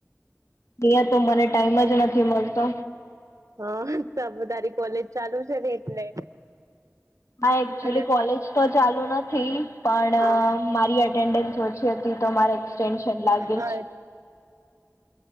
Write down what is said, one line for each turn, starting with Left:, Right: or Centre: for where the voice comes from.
Left: ઘરે તો મને ટાઈમ જ નથી મળતો
Right: હા ત તારી કોલેજ ચાલુ છે ને એટલે
Left: હ એકચુલી
Right: અને
Left: કોલેજ તો ચાલુ નથી પણ
Right: હા
Left: મારી એટેન્ડન્સ ઓછી હતી તો મારે ટટેન્શન લાગે
Right: આ
Left: છે.